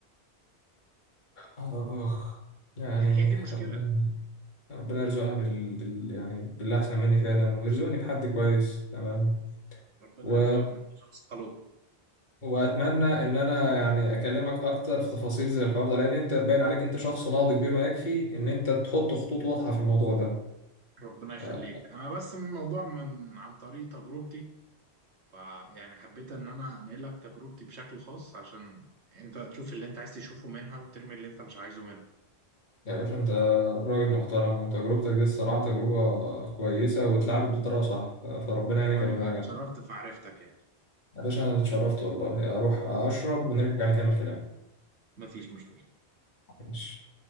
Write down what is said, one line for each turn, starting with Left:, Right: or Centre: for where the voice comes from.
Left: اخ يعني
Right: يعني هي دي المشكله
Left: ربنا ربنا يرزقها بال... بال... يعني باللي احسن مني فعلا ويرزقني بحد كويس تمام
Right: ربنا
Left: و...
Right: يرزقك انت شخص خلوق
Left: واتمنى ان انا يعني اكلمك اكتر في تفاصيل زي الحوار ده لان انت باين عليك انت شخص ناضج بما يكفي ان انت تحط خطوط واضحه في الموضوع ده
Right: ربنا يخليك
Left: آه،
Right: انا بس من الموضوع من عن طريق تجربتي فيعني حبيت ان انا انقل لك تجربتي بشكل خاص عشان انت تشوف اللي انت عايز تشوفه منها وترمي اللي انت مش عايزه منها
Left: يا باشا انت راجل محترم وتجربتك دي الصراحه تجربه كويسه واتلعبت بطريقه صح آه، فربنا يعني
Right: وانا
Left: يكملها لك
Right: اتشرفت
Left: على خير.
Right: في معرفتك يعني
Left: يا باشا انا اتشرفت والله اروح اشرب ونرجع نكمل كلام
Right: مفيش مشكله
Left: ماشي